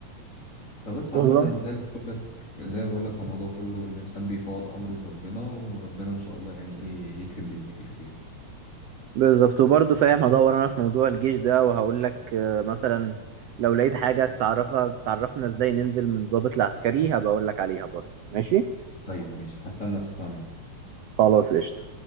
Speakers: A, on the left (about 25°); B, on the right (about 65°).
A: فبس
B: والله
A: عامة زي ما بقول لك زي ما بقول لك هو الموضوع كله الإنسان بيفوض أمره لربنا وربنا إن شاء الله يعني إيه يكرم باللي فيه الخير
B: بالظبط وبرضه فاهم هدور أنا في موضوع الجيش ده وهقول لك آه، مثلا لو لقيت حاجة تعرفها تعرفنا إزاي ننزل من ضابط لعسكري هبقى أقول لك عليها برضه ماشي
A: طيب ماشي هستنى أسمع منك
B: خلاص قشطة